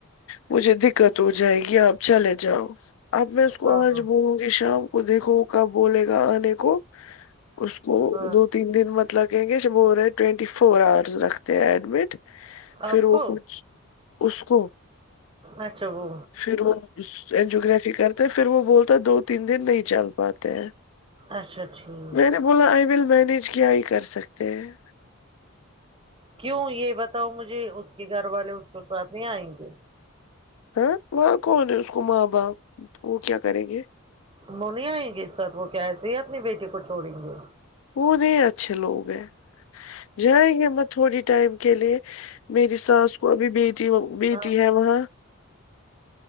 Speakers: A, on the left (about 65°); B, on the right (about 25°).
A: مجھے دکت ہو جائے گی آپ چلے جاؤ اب میں اس کو
B: ہاں
A: آج بولوں گی شام کو دیکھوں وہ کب بولے گا آنے کو اس کو
B: ہاں
A: دو تین دن مطلب کہیں گے رہے ٹوینٹی فور آورس رکھتے ہیں ایڈمٹ
B: آپ
A: فیر وہ
B: کو
A: کچھ اس کو
B: اچھا وہ
A: فیر وہ اجو گرافی کرتے ہیں فیر وہ بولتا دو تین دن نہیں چل پاتے ہیں
B: اچھا ٹھیک
A: میں نے بولا آئی ویل مینیج کیا ہی کر سکتے ہیں
B: کیوں یے بتاؤ مجھے اس کے گھر والے اس کو ساتھ نہیں آئیں گے
A: ہاں وہاں کون ہے اس کو ماں باپ وہ کیا کریں گے
B: انو نئی آئیں گے اس واتھ وہ کیسے ہی اپنی بیٹی کو چھوڑیں گے
A: وہ نہیں اچھے لوگ ہیں جائیں گے مت تھوڑی ٹائم کے لیے میری ساس کو ابھی بیٹی وہ بیٹی
B: ہاں
A: ہے وہاں